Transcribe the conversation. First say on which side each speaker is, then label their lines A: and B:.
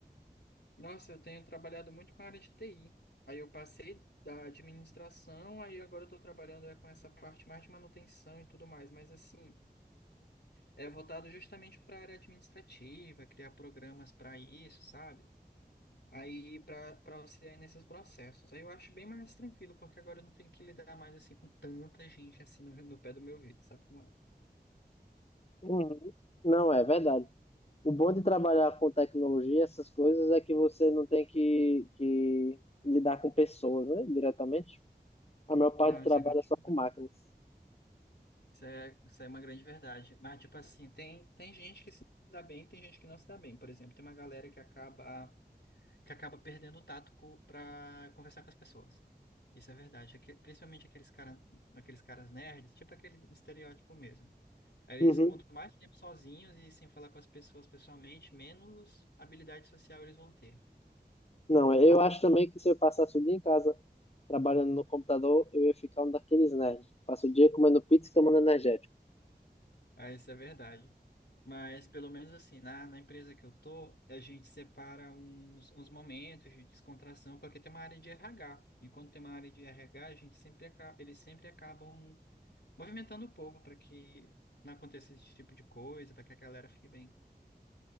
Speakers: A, on the left (about 80°); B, on the left (about 35°).
A: Nossa, eu tenho trabalhado muito com a área de TI. Aí eu passei da administração, aí agora eu estou trabalhando é, com essa parte mais de manutenção e tudo mais. Mas, assim, é voltado justamente para a área administrativa, criar programas para isso, sabe? Aí para para auxiliar nesses processos. Aí eu acho bem mais tranquilo, porque agora eu não tenho que lidar mais assim com tanta gente assim no, no pé do meu ouvido, sabe como é?
B: Uhum. Não, é verdade. O bom de trabalhar com tecnologia, essas coisas, é que você não tem que, que lidar com pessoas, né, diretamente. A maior parte
A: Não,
B: do
A: isso
B: trabalho
A: é grande
B: é só com máquinas.
A: Isso é, isso é uma grande verdade. Mas, tipo assim, tem, tem gente que se dá bem, tem gente que não se dá bem. Por exemplo, tem uma galera que acaba, que acaba perdendo o tato para conversar com as pessoas. Isso é verdade. Aque- Principalmente aqueles cara, aqueles caras nerds, tipo aquele estereótipo mesmo. Aí
B: Uhum.
A: Eles, quanto mais tempo sozinhos e sem falar com as pessoas pessoalmente, menos habilidade social eles vão ter.
B: Não, é, eu acho também que se eu passasse o dia em casa trabalhando no computador, eu ia ficar um daqueles nerds. Passo o dia comendo pizza e tomando energético.
A: Ah, isso é verdade. Mas pelo menos assim, na, na empresa que eu tô, a gente separa uns, uns momentos de descontração, porque tem uma área de RH. E quando tem uma área de RH, a gente sempre acaba, eles sempre acabam movimentando o povo para que não aconteça esse tipo de coisa, para que a galera fique bem.